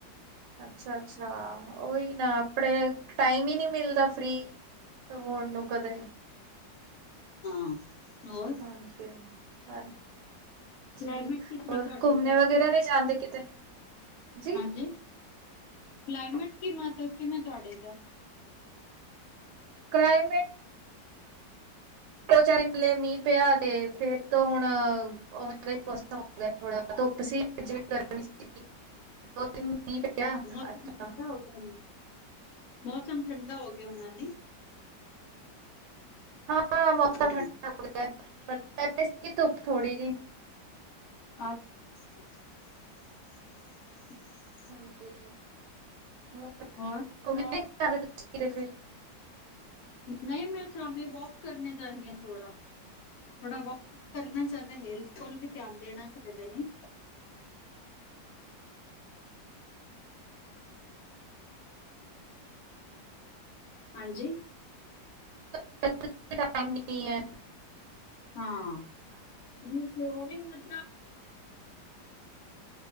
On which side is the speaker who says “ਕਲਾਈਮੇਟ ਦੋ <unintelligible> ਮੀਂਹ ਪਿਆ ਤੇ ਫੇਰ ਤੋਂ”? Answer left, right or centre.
Right